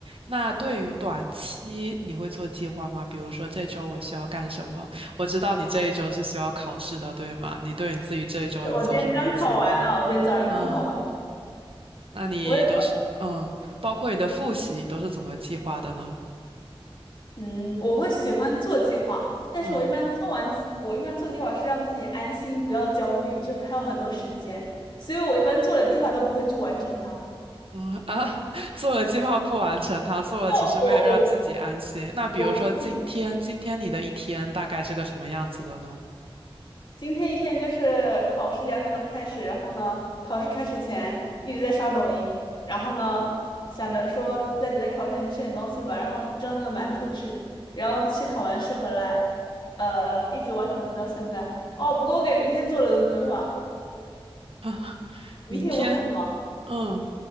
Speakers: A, on the right; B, on the left.
A: 那对于短期，你会做计划吗？比如说这周我需要干什么？我知道你这一周是需要考试的，对吗？你对你自己这一周有做什么计划？
B: 我今天刚考完呢，我今天早上刚考完。
A: 嗯，那你都是嗯，
B: 我也。
A: 包括你的复习，你都是怎么计划的呢？
B: 嗯，我会喜欢做计划，但是我一般做完计我一般做计划是让自己安心，
A: 嗯。
B: 不要焦虑，就是还有很多时间，所以我一般做了计划都不会去完成它。
A: 嗯啊，<laughs> 做了计划不完成，他做了只是为了让自己安心。
B: 就我我
A: 那比如说今天，
B: 我不
A: 今天你的一天大概是个什么样子的呢？
B: 今天一天就是考试两点钟开始，然后呢，考试开始前一直在刷抖音，然后呢想着说在在考试前吃点东西吧，然后蒸了个馒头吃，然后去考完试回来，呃，一直玩手机到现在。哦，不过我给明天做了个规划，
A: <laughs> 啊，
B: 明天我很忙。
A: 明天，嗯，